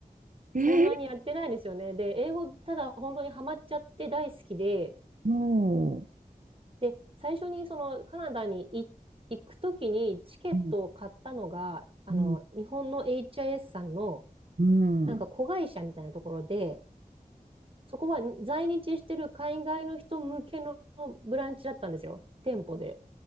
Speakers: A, on the right; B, on the right.
A: えー、
B: そんなにやってないですよね。で、英語、ただ本当にハマっちゃって大好きで、
A: も
B: で、最初にそのカナダにい行くときにチケットを買ったのが、
A: う、うん、
B: あの、
A: うん、
B: 日本の HIS さんの
A: うん、
B: なんか子会社みたいなところで、そこは在日してる海外の人向けのブランチだったんですよ、店舗で。